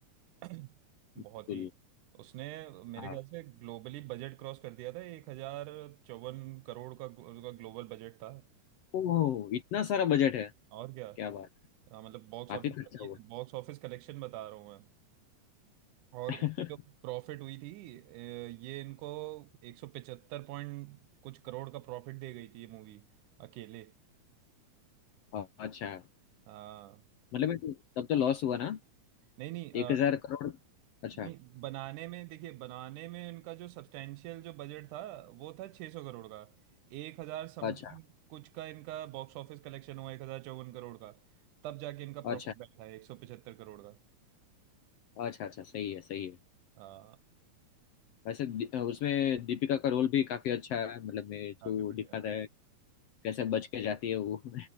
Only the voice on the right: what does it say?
<clears throat> बहुत
ही उसने मेरे
ख्याल से ग्लोबली बजट क्रॉस कर दिया था एक हजार चौवन करोड़ का उसका ग्लोबल बजट था
और क्या
हाँ, मतलब बॉक्स
ऑफिस
बॉक्स ऑफिस कलेक्शन बता रहा हूँ मैं। और
उनकी जो प्रॉफिट हुई थी अ, ये इनको एक सौ पचहत्तर पॉइंट कुछ करोड़ का प्रॉफिट दे गई थी ये मूवी अकेले
हाँ
नहीं नहीं अ,
नहीं बनाने में देखिए बनाने में इनका जो सब्सटेंशियल जो बजट था वो था 600 करोड़ का एक हजार समथिंग
कुछ का इनका बॉक्स ऑफिस कलेक्शन हुआ एक हजार चौवन करोड़ का तब जाके इनका
प्रॉफिट बैठा है एक सौ पचहत्तर करोड़ का
हाँ
काफी
बढ़िया